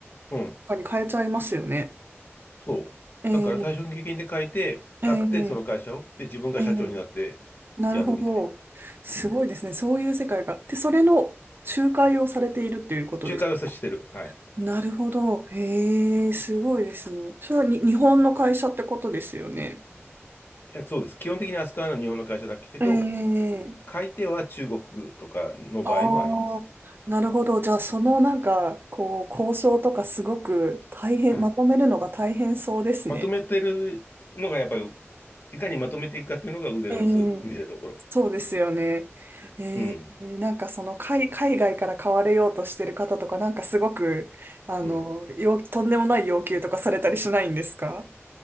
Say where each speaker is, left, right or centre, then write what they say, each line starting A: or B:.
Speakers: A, on the left (about 50°); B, on the right (about 50°).
A: うん。
B: 他に変えちゃいますよね。
A: そう。
B: ええ
A: だから退職金で買えて、
B: ええ
A: 買って、その会社を、で、自分が社長になって
B: ええなるほど。
A: やるみたいな。
B: すごいですね。
A: うん。
B: そういう世界が。で、それの仲介をされているっていうことです。
A: 仲介をさしてる。はい。
B: なるほど。へえすごいですね。それはに日本の会社ってことですよね。
A: えそうです。基本的に扱うのは日本の会社だけど、
B: え
A: 買い手は中国とかの場合もあります。
B: えああ、なるほど。じゃあ、そのなんか、こう、交渉とかすごく大変、
A: はい。
B: まとめるのが大変そうですね。
A: まとめてるのがやっぱり、いかにまとめていくかっていうのが腕の見せ、
B: ええ
A: 見せ所。
B: そうですよね。えー、
A: うん。
B: なんかその海、海外から買われようとしてる方とか、なんかすごく、あの、
A: うん。
B: 要とんでもない要求とかされたりしないんですか